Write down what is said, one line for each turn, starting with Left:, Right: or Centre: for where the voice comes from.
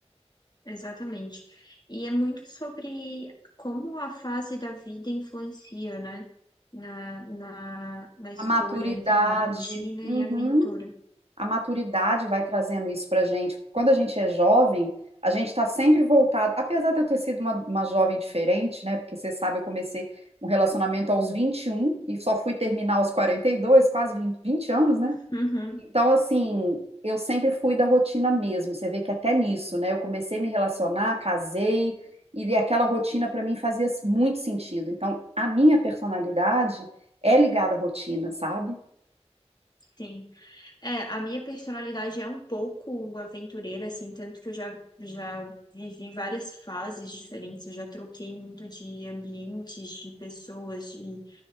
Left: Exatamente. E é muito sobre como a fase da vida influencia, né? Na, na, na escolha
Right: A maturidade.
Left: entre a rotina
Right: Uhum.
Left: e a aventura.
Right: a maturidade vai trazendo isso para gente. Quando a gente é jovem, a gente está sempre voltado. Apesar de eu ter sido uma, uma jovem diferente, né? Porque você sabe, eu comecei um relacionamento aos vinte e um e só fui terminar aos 42, quase 20 20 anos, né?
Left: Uhum,
Right: Então, assim, eu sempre fui da rotina mesmo. Você vê que até nisso, né? Eu comecei a me relacionar, casei, e de- aquela rotina para mim fazia muito sentido. Então, a minha personalidade é ligada à rotina, sabe?
Left: sim. É, a minha personalidade é um pouco aventureira, assim, tanto que eu já, já vivi várias fases diferentes, eu já troquei muito de ambientes, de pessoas, de